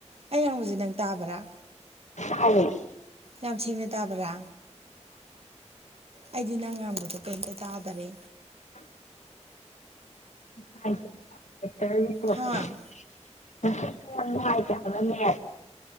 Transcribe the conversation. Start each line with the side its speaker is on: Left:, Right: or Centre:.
Right: ꯑꯩ ꯉꯥꯡꯕꯖꯤ ꯅꯪ ꯇꯥꯕ꯭ꯔꯥ
Left: <unintelligible>
Right: ꯌꯥꯝ ꯁꯦꯡꯅ ꯇꯥꯕ꯭ꯔꯥ ꯑꯩꯗꯤ ꯅꯪ ꯉꯥꯡꯕꯗꯣ ꯀꯩꯏꯝꯇ ꯇꯥꯗꯔꯦ
Left: <unintelligible> <unintelligible> ꯍꯥꯏꯕ
Right: ꯍꯥ
Left: ꯅꯦꯠ